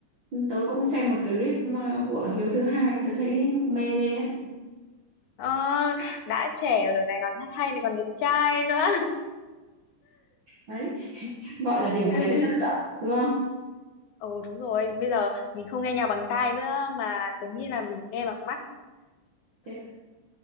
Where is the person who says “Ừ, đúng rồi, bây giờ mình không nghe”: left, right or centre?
Left